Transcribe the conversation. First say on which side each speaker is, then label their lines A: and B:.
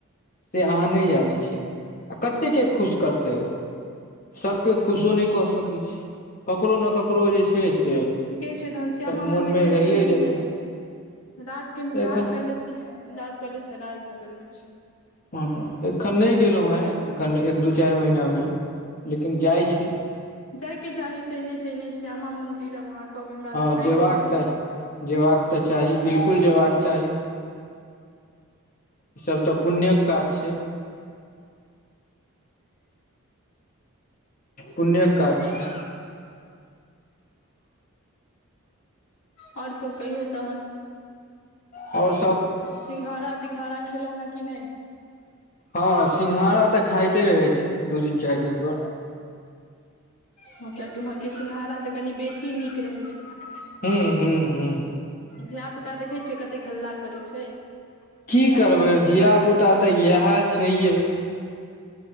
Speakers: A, on the left; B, on the left.
A: जे अहाँ नहिं जाने छी आ कते के खुश करतै ओ सभ के खुशो नहि कऽ सकै छी ककरो ने ककरो जे छै से
B: ठीके छै तहन श्यामा
A: मोनमे
B: मन्दिर जाई
A: रहिए
B: छी
A: जेतै
B: की नै राज केम
A: एखन
B: राज पैलेस राज पैलेस तऽ राजनगर मे छै
A: हाँ एखन नहिं गेलहुँ हे एखन एक दू चारि महिना‌ में लेकिन जाइत छी
B: जाइके चाही सैने सैने श्यामा मंन्दिर आब अहाँ कहबै हमरा
A: हँ
B: लग टाइमे
A: जेबाक
B: नहीं
A: तऽ
B: हे
A: जेबाक तऽ चाही बिल्कुल जेबाक चाही ई सब तऽ पुण्य के काज छै पुण्य
B: अच्छा
A: काज छै
B: और सब कहियौ तहन
A: और
B: सिंघाड़ा तिंंगघड़ा खेलहुँ हे की नहिं
A: हाँ हाँ सिंघाड़ा तऽ खाइते रहै छै दू दिन चारि दिन पर
B: हाँ किया की ओम्हर के सिंघाड़ा तऽ कनि बेसी नीक रहैत छै
A: हुँ हुँ हुँ
B: धिआ पुता देखै छियै कतेक हल्ला करै छै
A: की
B: धिया
A: करबै
B: पुता के ओतबे
A: धिआ
B: काज
A: पुता
B: छै
A: तऽ इएह छैहे